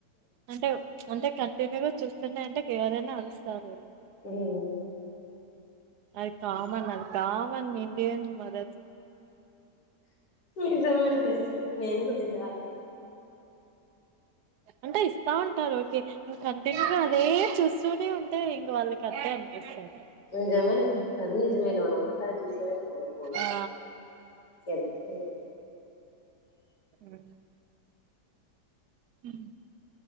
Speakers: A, on the right; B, on the left.
A: అంటే అంటే కంటిన్యూగా చూస్తుండే అంటే ఎవరైనా అరుస్తారు
B: హ్మ
A: అది కామన్ అది కామన్ నిడిే మద
B: నిజమే ఆది అయితే నేనే కొదిగా దాబెట్టుకున్న
A: అంటే ఇస్తా ఉంటారు ఓకే ఇ కంటిన్యూగా అదే చూస్తూనే ఉంటే ఇంక వాళ్ళ కట్టే <unintelligible>
B: నిజమేలే అది నిజమేలే మనం మొత్తాన్నికి చూసేదే పోన్ ఫోన్ ఫోన్
A: ఆ
B: <unintelligible>
A: హ్మ హ్మ